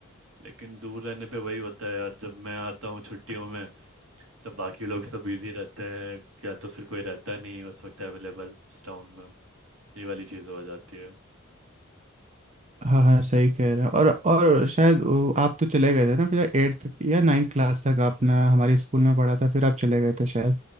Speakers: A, on the right (about 70°); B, on the right (about 35°).
A: लेकिन दूर रहने पे वही होता है यार जब मैं आता हूँ छुट्टियों में तब बाकी लोग सब बिजी रहते हैं या तो फिर कोई रहता नहीं है उस वक्त अवेलेबल टाउन में ये वाली चीज़ हो जाती है
B: हाँ हाँ सही कह रहे हैं और और शायद वो आप तो चले गए थे ना फिर एट्थ या नाइन्थ क्लास तक आपने हमारे स्कूल में पढ़ा था फिर आप चले गए थे शायद